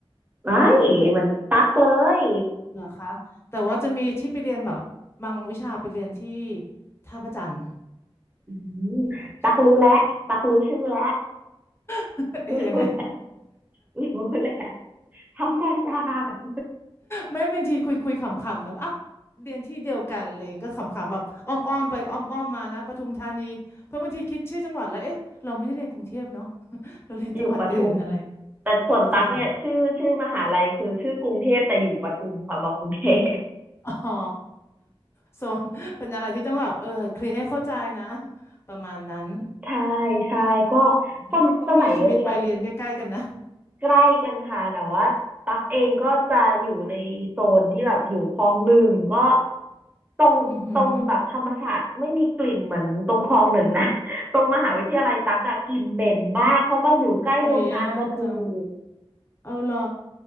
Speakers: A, on the right; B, on the left.
A: ไอ้ยเหมันตักเลย
B: แต่ก็จะเหนือคะแต่ว่าจะมีที่ไปเรียนแบบบางวิชาไปเรียนที่ท่าพระจันทร์
A: อืมตักรู้แล้วตักรู้ชื่อแล้ว
B: มีบางวิชาเป็นท่าพระจันทร์ <laughs> เอ๊ยยังไง
A: รู้แล้วรู้แล้วธรรมศาสตร์
B: ไม่บางทีคุยคุยขำๆนะว่าอ้าวเรียนที่เดียวกันอะไรอย่างเลยก็ขำๆแบบอ้อมๆไปอ้อมๆมานะปทุมธานีเพราะบางทีคิดชื่อจังหวัดแล้วเอ๊ะเราไม่ได้เรียนกรุงเทพเนาะ <laughs> เราเรียนจังหวัดอื่นอะไรอย่างเงี้ย
A: อยู่ปทุมแต่ส่วนตักเนี่ยชื่อชื่อมหาลัยคือชื่อกรุงเทพแต่อยู่ปทุมค่ะบอกกรุงเทพ
B: ค่ะ อ๋อ <laughs> โซนเป็นอะไรที่ต้องแบบเออเคลียร์ให้เข้าใจนะประมาณนั้น
A: ใช่ใช่ก็สมสมัยเรียน
B: งั้นเราก็มีชีวิตวัยเรียนใกล้ๆกันนะ
A: ใกล้กันค่ะแต่ว่าตักเองก็จะอยู่ในโซนที่แบบอยู่คลองหนึ่งก็ตรงตรงแบบธรรมชาสติ์ไม่มีกลิ่นเหมือนตรงคลองหนึ่งนะ
B: อือหือ
A: <laughs> ตรงมหาวิทยาลัยตักอะกลิ่นเหม็นมากเพราะมันอยู่ใกล้โรงงานกระดูก
B: โอ้ยยากจังเอาเหรอ